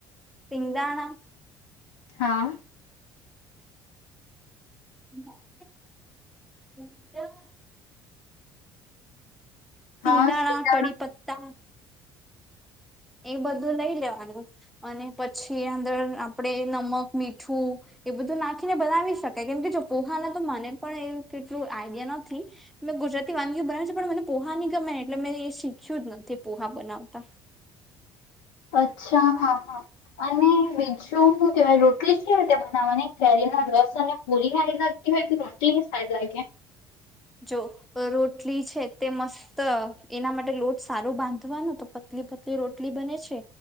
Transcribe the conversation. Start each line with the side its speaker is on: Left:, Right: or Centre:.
Centre: સિંગાણા
Left: હા
Centre: <inaudible> સિંગદાણા,
Left: હા સીધા
Centre: કડી પત્તા એ બધું લઈ લેવાનું અને પછી અંદર આપણે નમક, મીઠું એ બધું નાખીને બનાવી શકાય. કેમ કે જો પોહાના તો મને પણ એવ કેટલું આઈડિયા નથી. મેં ગુજરાતી વાનગીઓ બનાવી છે પણ મને પોહા ની ગમે, એટલે મેં એ શીખ્યું જ નથી પોહા બનાવતા.
Left: અચ્છા, હા હા અને બીજું હું કેવાય, રોટલી કેવી રીતે બનાવવાની? કેરીનો રસ અને પૂરી હારી લાગતી હોય કે રોટલી સારી લાગે?
Centre: જો રોટલી છે તે મસ્ત એના માટે લોટ સારું બાંધવાનો, તો પતલી પતલી રોટલી બને છે.